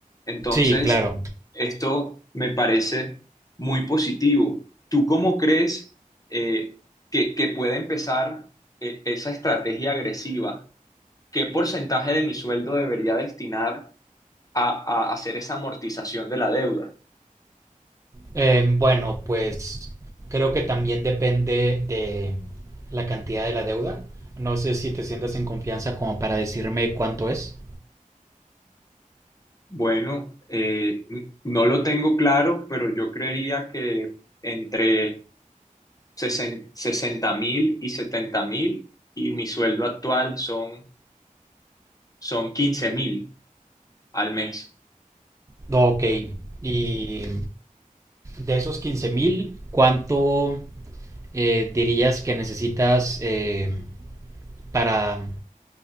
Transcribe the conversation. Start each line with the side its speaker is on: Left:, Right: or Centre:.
Left: Entonces,
Right: Sí, claro.
Left: esto me parece muy positivo. ¿Tú cómo crees eh, que, que puede empezar eh, esa estrategia agresiva? ¿qué porcentaje de mi sueldo debería destinar a, a hacer esa amortización de la deuda?
Right: Eh, bueno, pues creo que también depende de la cantidad de la deuda. No sé si te sientas en confianza como para decirme cuánto es.
Left: Bueno, eh, n- no lo tengo claro, pero yo creería que entre 60 mil y 70 mil y mi sueldo actual son, son 15 mil al mes.
Right: No, ok. Y de esos quince mil, ¿cuánto eh, dirías que necesitas eh, para...